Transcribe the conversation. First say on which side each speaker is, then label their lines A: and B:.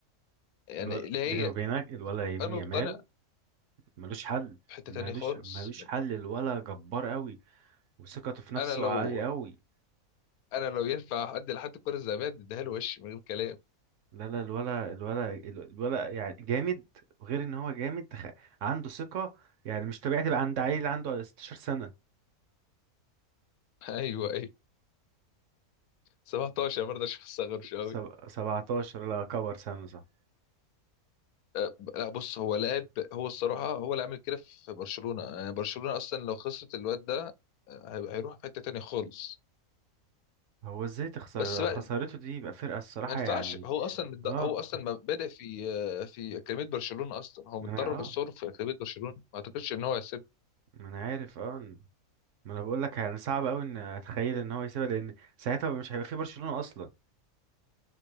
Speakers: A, on the left (about 85°); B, on the right (about 65°).
A: يعني
B: الو...
A: اللي هي
B: بيني وبينك الولا
A: كنت مت-
B: يمين
A: انا
B: يمال
A: مقتنع
B: ملوش حل
A: في حته
B: ملوش
A: تانية خالص
B: ملوش حل الولا جبار قوي وثقته في نفسه
A: انا لو
B: عالي قوي
A: انا لو ينفع ادي لحد الكره الذهبيه اديها له وش من غير كلام
B: لا لا الولا الولا الولا يعني جامد وغير ان هو جامد خ- عنده ثقة يعني مش طبيعي تبقى عند عيل عنده 16 سنة
A: <laughs> ايوه ايوه 17 برضه عشان ما استغربش قوي
B: سب... 17 لا كبر سنة صح
A: آه، لا بص هو لاعب هو الصراحه هو اللي عامل كده في برشلونه يعني برشلونه اصلا لو خسرت الواد ده آه، هيبقى- هيروح في حته تانية خالص
B: هو ازاي تخسر
A: بس
B: لو
A: بقى
B: خسارته دي يبقى فرقة الصراحة
A: ما ينفعش
B: يعني
A: هو اصلا متد...
B: اه
A: هو اصلا ما بادئ في في اكاديميه برشلونه اصلا هو
B: ما
A: متدرب
B: انا اه
A: الصور في اكاديميه برشلونه ما اعتقدش ان هو هيسيب
B: ما انا عارف اه ما انا بقول لك يعني صعب قوي ان اتخيل ان هو يسيبها لان ساعتها مش هيبقى في برشلونة اصلا